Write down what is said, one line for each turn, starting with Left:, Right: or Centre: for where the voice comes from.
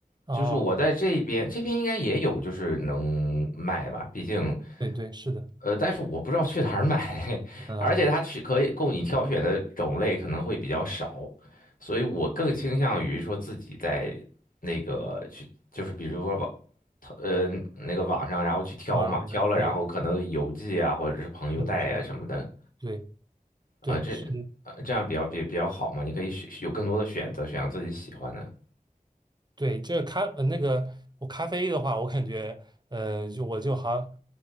Right: 哦，
Left: 就是我在这边，这边应该也有，就是能卖吧，毕竟，
Right: 对对，是的，
Left: 呃，但是我不知道去哪儿买，
Right: 嗯、
Left: <laughs>
Right: 呃
Left: 而且它去可以供你挑选的种类可能会比较少，所以我更倾向于说自己在那个去，就是比如说网，呃，那个网上，然后去挑嘛，
Right: 网上不对，
Left: 挑了然后可能邮寄啊，或者是朋友带呀什么的，
Right: 是的，是的，对
Left: 啊、
Right: 对是，
Left: 这呃这样比较比比较好嘛，你可以选有更多的选择，选择自己喜欢的，
Right: 对，这个咖呃那个我咖啡的话，我感觉呃，就我就好像